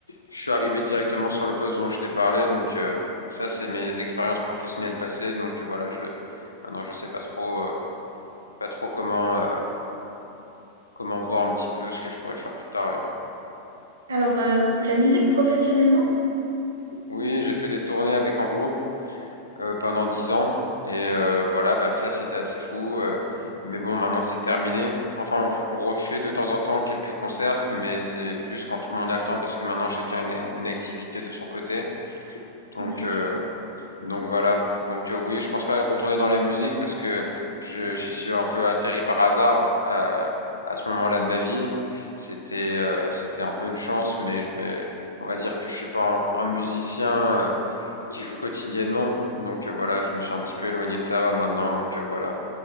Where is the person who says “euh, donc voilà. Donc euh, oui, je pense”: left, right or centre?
Left